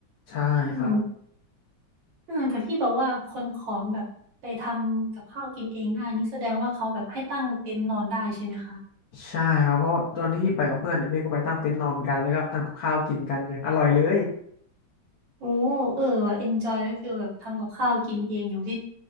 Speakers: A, on the left (about 70°); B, on the right (about 85°).
A: ใช่ครับ
B: อืม เออแต่พี่บอกว่าคนของแบบไปทำกับข้าวกินเองได้นี่แสดงว่าเขาแบบให้ตั้งเต็นท์นอนได้ใช่ไหมคะ
A: ใช่ครับเพราะตอนที่พี่ไปกับเพื่อนเนี่ยพี่ก็ไปตั้งเต็นท์นอนกันแล้วก็ทำกับข้าวกินกันอย่างอร่อยเลย
B: โอ้เออว่ะเอนจอยไว้ฟีลแบบทำกับข้าวกินเองอยู่ที่